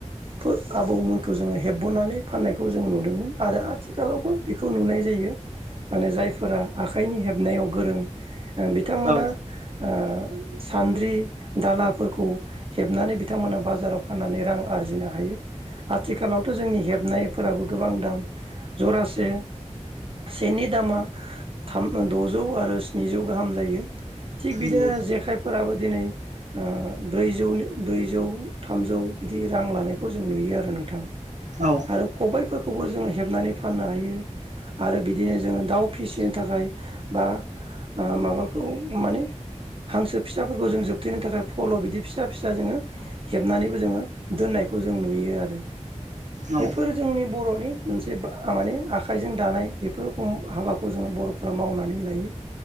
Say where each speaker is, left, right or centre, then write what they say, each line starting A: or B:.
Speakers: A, on the right (about 45°); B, on the right (about 75°).
A: फोर आबौ मोनखौ जोंङो हेबहोनानै फाननायखौ जों नुदोंमोन आरो आथिखालावबो बेखौ नुनाय जायो। माने जायफोरा आखाइनि हेबनायाव गोरों ओ बिथांमोना
B: औ
A: ओ सान्द्रि दालाफोरखौ हेबनानै बिथांमोना बाजाराव फाननानै रां आरजिनो हायो आथिखालावथ' जोंनि हेब नायफोराबो गोबां दाम जरासे सेनि दामा थाम द'जौ आरो स्निजौ गाहाम जायो थिग बिदिनो
B: नंगौ
A: जेखाइफोराबो दिनै ओ ब्रैजौनि ब्रैजौ थामजौ बिदि रां लानायखौ जों नुयो आरो नोंथां।
B: औ
A: आरो खबायफोरखौबो जोंङो हेबनानै फाननो हायो। आरो बिदिनो जोङो दाउ फिसिनो थाखाय बा माबाखौ माने हांसो फिसाफोरखौ जों जोबथेनो थाखाय फल' बिदि फिसा फिसा जोङो हेबनानैबो जोङो दोननायखौ जों नुयो आरो
B: औ
A: बेफोरो जोंनि बर'नि मोनसे माने आखाइजों दानाय बेफोरख हाबाखौ जोङो बर'फ मावनानै लायो।